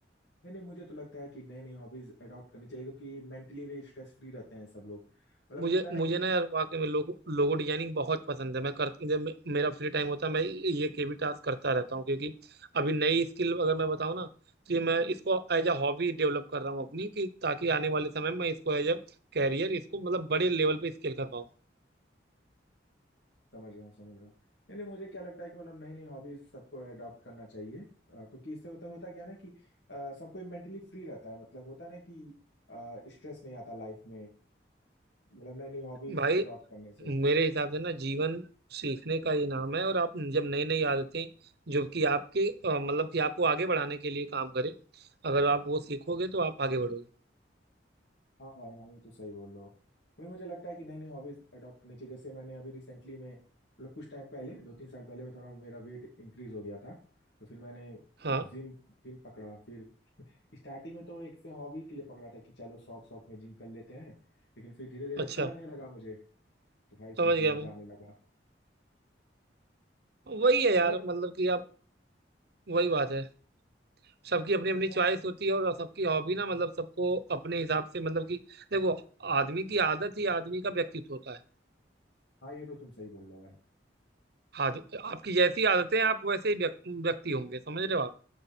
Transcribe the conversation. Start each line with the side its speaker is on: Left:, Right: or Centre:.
Left: नहीं नहीं मुझे तो लगता है कि नई नई हॉबीज अडॉप्ट करनी चाहिए क्योंकि मेंटली भी स्ट्रेस फ्री रहते हैं सब लोग मतलब
Right: मुझे
Left: ये होता है ना
Right: मुझे
Left: कि कुछ
Right: ना यार वाकई
Left: तो,
Right: में लोगो लोगो डिजाइनिंग बहुत पसंद है मैं कर जब मे- मेरा फ्री टाइम होता है मैं ये केवी टास्क करता रहता हूँ क्योंकि अभी नई स्किल अगर मैं बताऊँ ना तो ये मैं इसको एज अ हॉबी डेवलप कर रहा हूँ अपनी कि ताकि आने वाले समय में मैं इसको एज अ कैरियर इसको मतलब बड़े लेवल पे स्केल कर पाऊँ
Left: समझ रहा हूँ समझ रहा हूँ नहीं नहीं मुझे क्या लगता है कि मतलब नई नई हॉबीज सबको अडॉप्ट करना चाहिए अ, क्योंकि इससे होता होता क्या है ना कि अ, सबको मेंटली फ्री रहता है मतलब होता है ना कि स्ट्रेस नहीं आता लाइफ में मतलब नई नई हॉबीज
Right: भाई
Left: अडॉप्ट करने से
Right: मेरे हिसाब से ना जीवन सीखने का ये नाम है और आप जब नई नई आदतें जो कि आपके अ, मतलब कि आपको आगे बढ़ाने के लिए काम करें अगर आप वो सीखोगे तो आप आगे बढ़ोगे
Left: हाँ भाई हाँ ये तो सही बोल रहे हो वही मुझे लगता है कि नई नई हॉबीज अडॉप्ट करनी चाहिए जैसे मैंने अभी रिसेंटली में मतलब कुछ टाइम पहले दो तीन साल पहले मैं थोड़ा मेरा वेट इंक्रीज हो गया था तो फिर मैंने
Right: हाँ
Left: जिम जिम पकड़ा फिर स्टार्टिंग में तो एक से हॉबी के लिए पकड़ा था कि चलो शौक शौक में जिम कर लेते हैं लेकिन फिर धीरे धीरे
Right: अच्छा
Left: अच्छा लगने लगा मुझे तो भाई फिर
Right: समझ गया
Left: मजा
Right: मैं
Left: आने लगा
Right: वही है यार
Left: अच्छा
Right: मतलब कि आप वही बात है सबकी अपनी अपनी
Left: अच्छा
Right: चॉइस होती है और सबकी हॉबी ना मतलब सबको अपने हिसाब से मतलब कि देखो आदमी की आदत ही आदमी का व्यक्तित्व होता है
Left: हाँ ये तो तुम सही बोल रहे हो भाई
Right: आद, आपकी जैसी आदतें हैं, आप वैसे ही व्यक्ति, व्यक्ति होंगे समझ रहे हो आप